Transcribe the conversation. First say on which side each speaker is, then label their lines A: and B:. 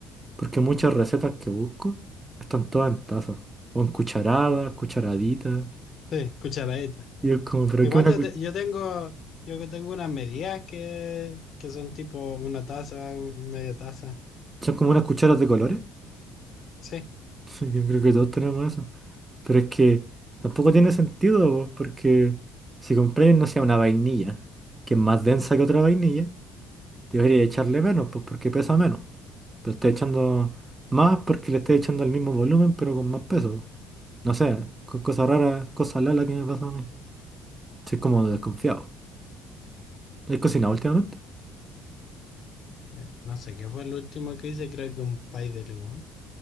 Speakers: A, on the right; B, on the left.
A: porque muchas recetas que busco están todas en tazas. O en cucharadas, cucharaditas.
B: Sí, cucharadita.
A: Y es como, pero
B: Igual
A: que una
B: yo,
A: cu-
B: te- yo tengo yo que tengo unas medidas que, que son tipo una taza, un- media taza.
A: son como unas cucharas de colores. <laughs>
B: Sí.
A: Sí, Yo creo que todos tenemos eso. Pero es que tampoco tiene sentido, pues, porque si compréis, no sea una vainilla, que es más densa que otra vainilla. debería echarle menos, pues porque pesa menos. Lo estoy echando más porque le estoy echando el mismo volumen, pero con más peso. No sé, con cosas raras, cosas lala que me pasa a mí. Soy como desconfiado. ¿He cocinado últimamente?
B: Eh, No sé qué fue el último que hice, creo que un pay de limón.